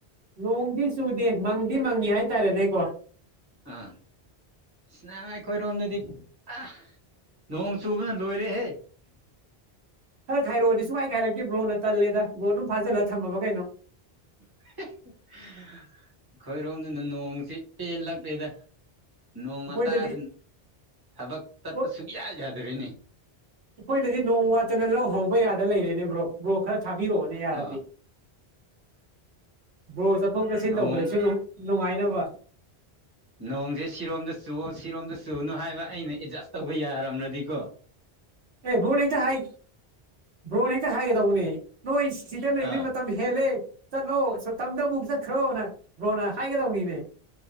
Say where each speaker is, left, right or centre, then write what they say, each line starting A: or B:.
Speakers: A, on the right; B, on the right.
A: ꯅꯣꯡꯗꯤ ꯆꯨꯗꯦ ꯃꯪꯗꯤ ꯃꯪꯉꯤ ꯍꯥꯏꯇꯥꯔꯦꯅꯦꯀꯣ
B: ꯑꯥ ꯏ ꯑꯩꯈꯣꯏꯔꯣꯝꯗꯗꯤ ꯑ ꯅꯣꯡ ꯆꯨꯕꯅ ꯂꯣꯏꯔꯦꯍꯦ
A: ꯈꯔ ꯈꯥꯏꯔꯛꯑꯣ ꯁꯨꯈꯥꯏ ꯍꯥꯏꯔꯛꯇꯦ ꯕ꯭ꯔꯣꯅ ꯇꯜꯂꯦꯗ ꯕ꯭ꯔꯣ ꯑꯗꯨꯝ ꯐꯥꯖꯤꯜꯂ ꯊꯝꯃꯕ ꯀꯩꯅꯣ
B: <unintelligible> ꯑꯩꯈꯣꯏꯔꯣꯝꯗꯅ ꯅꯣꯡꯁꯤ ꯄꯦꯟꯂꯛꯂꯦꯗ ꯅꯣꯡꯃꯇꯁꯅꯨ
A: ꯑꯩꯈꯣꯏꯗꯗꯤ
B: ꯊꯕꯛ ꯆꯠꯄ
A: ꯍꯣꯏ
B: ꯁꯨꯛꯌꯥ ꯌꯥꯗꯔꯤꯅꯤ
A: ꯑꯩꯈꯣꯏꯗꯗꯤ ꯅꯣꯡ ꯋꯥꯠꯇꯅ ꯂꯧ ꯍꯧꯕ ꯌꯥꯗ ꯂꯩꯔꯦꯅꯦꯕ꯭ꯔꯣ ꯕ꯭ꯔꯣ ꯈꯔ ꯊꯥꯕꯤꯔꯛꯑꯣꯅꯦ ꯌꯥꯔꯗꯤ
B: ꯑꯥ
A: ꯕ꯭ꯔꯣꯍꫭꯏ ꯆꯠꯊꯣꯛ ꯆꯠꯁꯤꯟ
B: ꯅꯣꯡ
A: ꯇꯧꯕꯗꯁꯨ ꯅꯨꯡꯉꯥꯏꯅꯕ
B: ꯅꯣꯡꯁꯦ ꯁꯤꯔꯣꯝꯗ ꯆꯨ ꯁꯤꯔꯣꯝꯗ ꯆꯨꯅꯨ ꯍꯥꯏꯕ ꯑꯩꯅ ꯑꯦꯗꯖꯁ ꯇꯧꯕ ꯌꯥꯔꯝ꯭ꯔꯗꯤꯀꯣ
A: ꯑꯦ ꯕ꯭ꯔꯣꯟ ꯍꯦꯛꯇ ꯍꯥꯏ ꯕ꯭ꯔꯣꯟ ꯍꯦꯛꯇ ꯍꯥꯏꯒꯗꯧꯕꯅꯦ ꯅꯣꯏ ꯁꯤꯗ ꯂꯩꯕꯩ
B: ꯑꯥ
A: ꯃꯇꯝ ꯍꯦꯂꯦ ꯆꯂꯣ ꯁ ꯇꯠꯗ ꯑꯃꯨꯛ ꯆꯠ ꯈ꯭ꯔꯣꯅ ꯕ꯭ꯔꯣꯅ ꯍꯥꯏꯒꯗꯧꯅꯤꯅꯦ